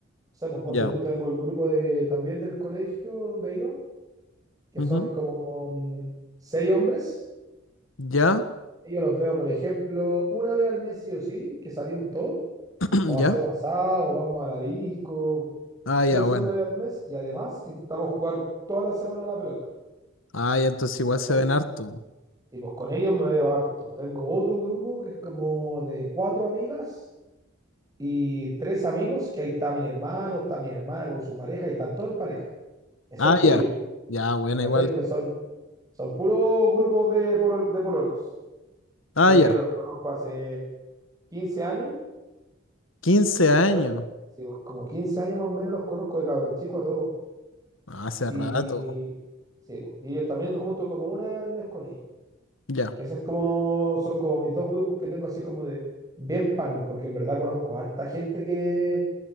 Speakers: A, on the right; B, on the left.
A: O sea, pues ponte
B: Ya.
A: tú, tengo el grupo de, también del colegio donde iba, que
B: Ujú.
A: son como mm, seis hombres.
B: ¿Ya?
A: Y yo los veo, por ejemplo, una vez al mes sí o sí, que salimos todos,
B: <clears throat>
A: o hacemos
B: ¿Ya?
A: asado, o vamos a la disco,
B: Ah,
A: sí
B: ya,
A: o sí
B: bueno.
A: una vez al mes, y además intentamos jugar toda la semana a la pelota.
B: Ah, ya, entonces igual
A: ¿Cachai?
B: se ven harto. po.
A: Y pues con ellos me veo harto. Tengo otro grupo que es como de cuatro amigas y tres amigos, que ahí está mi hermano, está mi hermana con su pareja, y están todos en pareja, excepto
B: Ah, ya.
A: yo,
B: Ya, bueno,
A: ¿cachai?
B: igual.
A: Pero son, son puros grupos de, polol- de pololos.
B: Ah,
A: Pero
B: ya.
A: a ellos los conozco hace 15 años,
B: quince años.
A: ¿cachai? Sí, pues, como 15 años más o menos los conozco de cabros chicos a todos.
B: Ah, Hace
A: Y,
B: rato.
A: sí, pues, y ellos también me junto como una vez al mes con ellos.
B: Ya,
A: Que ese es como, son como mis dos grupos que tengo así como de bien panel, porque en verdad conozco harta gente que